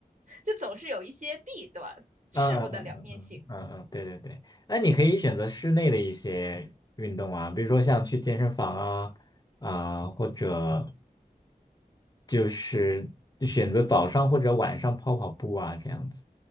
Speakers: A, on the right; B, on the left.
A: <laughs> 就总是有一些弊端，事物的两面性。
B: 嗯嗯嗯嗯嗯嗯嗯，对对对，那你可以选择室内的一些运动啊，比如说像去健身房啊啊，或者就是就选择早上或者晚上跑跑步啊这样子，